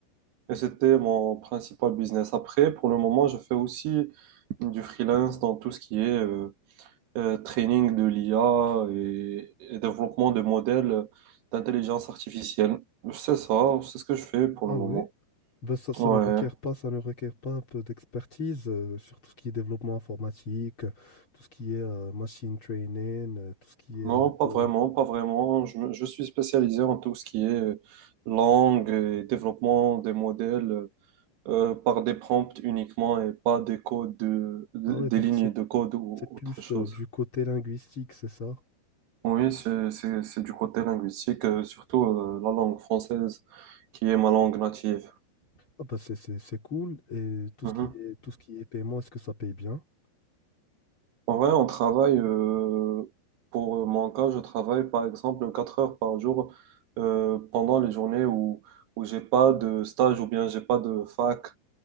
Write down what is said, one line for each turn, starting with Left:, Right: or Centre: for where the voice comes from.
Right: Et c'était mon principal business. Après, pour le moment, je fais aussi du freelance dans tout ce qui est euh, euh, training de l'IA et, et développement de modèles d'intelligence artificielle. C'est ça, c'est ce que je fais pour
Left: Ah
Right: le
Left: ouais?
Right: moment.
Left: Ben, ça, ça
Right: Ouais.
Left: ne requiert pas, ça ne requiert pas un peu d'expertise euh, sur tout ce qui est développement informatique, euh, tout ce qui est euh, machine training, euh, tout ce qui est
Right: Non,
Left: un
Right: pas
Left: peu...
Right: vraiment, pas vraiment. Je, me- je suis spécialisé en tout ce qui est euh, langue et développement des modèles euh, par des prompts uniquement et pas des codes, de- de-
Left: Ah ouais,
Right: des
Left: donc
Right: lignes
Left: c'est
Right: de code ou
Left: c'est
Right: autre
Left: plus
Right: chose.
Left: euh, du côté linguistique, c'est ça?
Right: Oui, c'est, c'est, c'est du côté linguistique, euh, surtout euh, la langue française, qui est ma langue native.
Left: Ah bah c'est c'est- c'est cool. Et tout
Right: Mhm.
Left: ce qui est, tout ce qui est paiement, est-ce que ça paye bien?
Right: En vrai, on travaille, euh, pour mon cas, je travaille par exemple 4 heures par jour euh, pendant les journées où, où j'ai pas de stage ou bien j'ai pas de fac.